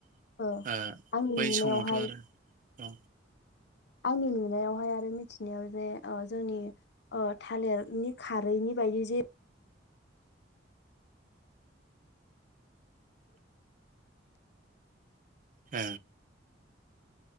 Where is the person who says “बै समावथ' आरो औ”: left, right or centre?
Right